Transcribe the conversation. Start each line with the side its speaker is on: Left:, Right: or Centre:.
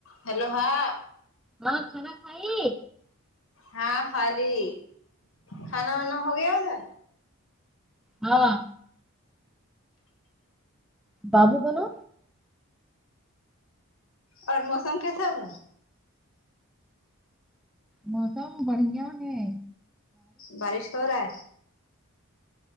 Left: ہیلو ہاں
Centre: ماں کھانا کھائی
Left: ہاں کھا لی کھانا وانا ہو گیا ادھر
Centre: ہاں بابو کو نہ
Left: اور موسم کیسا ہے ادھر
Centre: موسم بڑھیا ہے
Left: بارش ہو رہا ہے